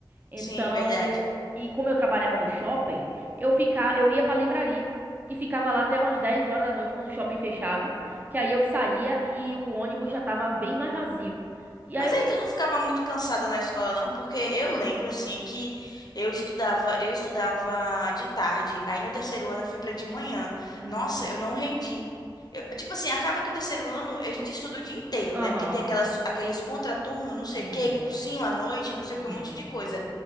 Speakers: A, on the right (about 20°); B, on the left (about 55°).
A: Então,
B: Sim, verdade.
A: e como eu trabalhava no shopping, eu ficava, eu ia pra livraria e ficava lá até umas 10 horas da noite quando o shopping fechava, que aí eu saía e o ônibus já tava bem mais vazio. E
B: Mas
A: aí eu,
B: aí tu não ficava muito cansada na escola, não? Porque eu lembro assim que eu estudava, eu estudava de tarde. Aí no terceiro ano eu fui pra de manhã.
A: hum,
B: Nossa, eu não rendi. Eu- tipo assim, acaba que o terceiro ano a gente estuda o dia inteiro,
A: aham,
B: né? Porque tem aquelas, aqueles contraturno, não sei
A: uhum,
B: o quê, cursinho à noite, não sei
A: uhum.
B: o que, um monte de coisa.